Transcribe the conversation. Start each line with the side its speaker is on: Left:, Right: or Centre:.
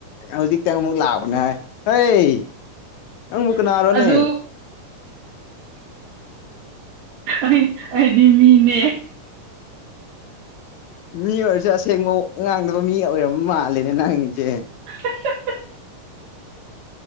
Left: ꯍꯧꯖꯤꯛꯇ ꯑꯃꯨꯛ ꯂꯥꯛꯑꯕꯅꯤ ꯍꯩ
Right: <unintelligible>
Left: ꯅꯪꯕꯨ ꯀꯅꯥꯔꯣꯅꯦ
Right: ꯑꯗꯨ ꯑꯩ ꯑꯩꯗꯤ ꯃꯤꯅꯦ
Left: ꯃꯤ ꯑꯣꯏꯔꯁꯨ ꯑꯁꯦꯡꯕ ꯉꯥꯡꯗꯕ ꯃꯤ ꯑꯣꯏꯔꯝ ꯃꯥꯜꯂꯦꯅꯦ ꯅꯥꯡꯉꯁꯦ
Right: <unintelligible>